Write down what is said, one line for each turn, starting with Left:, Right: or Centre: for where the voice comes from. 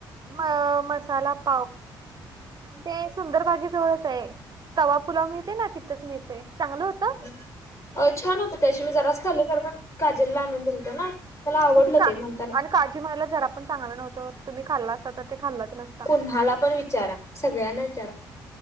Right: म मसाला पाव ते. सुंदर बागे जवळच आहे, तवा पुुलाव मिळते. ना, तिथंच मिळते चांगलं होत.
Left: अं, छान होत. त्यादिवशी मी जराच खाल्ली खरं, पण काजलला आणून दिलते ना. मला आवडलं
Right: मग का?
Left: ते म्हणताना
Right: आणि काजी म्हणायला जरा पण चांगलं नव्हतं, तुम्ही खाल्ला असता तर ते खाल्लच नसतं.
Left: कुणालाही पण विचारा, सगळ्यांना विचारा.